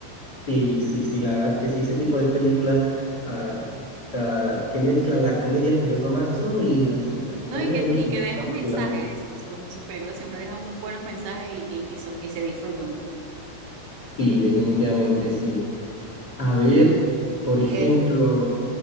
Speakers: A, on the left; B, on the right.
A: Sí, sí, sí, la verdad que sí, ese tipo de películas ah, ah, que mezclan la comedia con el romance son muy lindas.
B: No,
A: A mí
B: y
A: me
B: que,
A: gustan
B: y que
A: en
B: dejan
A: particular.
B: mensajes, su- sus películas siempre dejan muy buenos mensajes y, y, y, so- y se disfrutan, pues.
A: Sí, definitivamente sí. A ver, por ejemplo,
B: Eh,